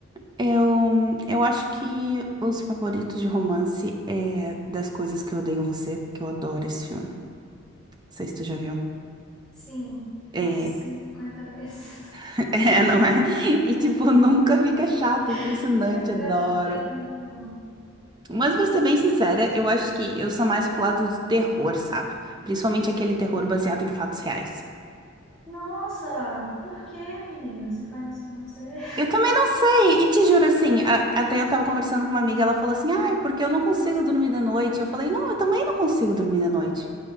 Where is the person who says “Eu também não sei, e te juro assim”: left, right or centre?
Right